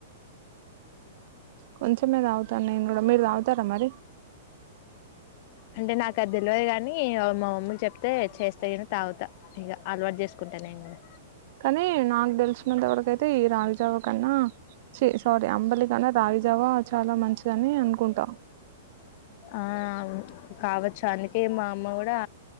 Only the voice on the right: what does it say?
కొంచెం తాగుతాను నేను కూడా మీరు తాగుతారా మరి
కానీ నాకు తెలిసినంతవరకైతే ఈ రాగి జావా కన్నా చి సారీ అంబలి రాగి జావా చాలా మంచిదని అనుకుంటా